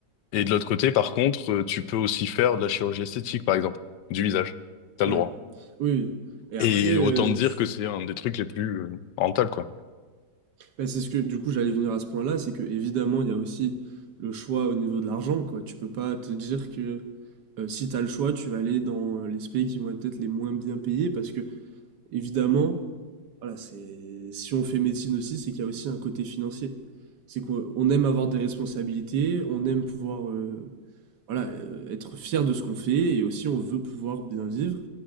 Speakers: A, on the left (about 75°); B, on the right (about 70°).
A: Et de l'autre côté, par contre, euh, tu peux aussi faire de la chirurgie esthétique, par exemple, du visage. T'as
B: Ouais.
A: le droit.
B: Oui. oui. Et
A: Et
B: après,
A: autant
B: euh,
A: dire
B: du-
A: que c'est un des trucs les plus euh, rentables, quoi.
B: bah, c'est ce que du coup j'allais venir à ce point-là, c'est que évidemment il y a aussi le choix au niveau de l'argent, quoi. Tu peux pas te dire que euh, si tu as le choix, tu vas aller dans euh, les pays qui vont être peut-être les moins bien payés, parce que évidemment, voilà, c'est si on fait médecine aussi, c'est qu'il y a aussi un côté financier. C'est qu'on on aime avoir des responsabilités, on aime pouvoir euh, voilà, euh, être fier de ce qu'on fait, et aussi on veut pouvoir bien vivre.